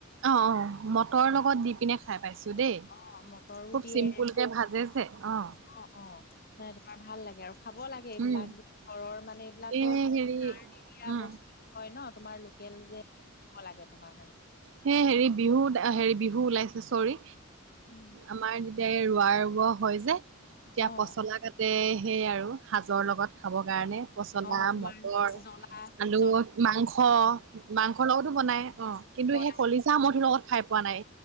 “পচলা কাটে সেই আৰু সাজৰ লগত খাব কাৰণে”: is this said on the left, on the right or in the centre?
Right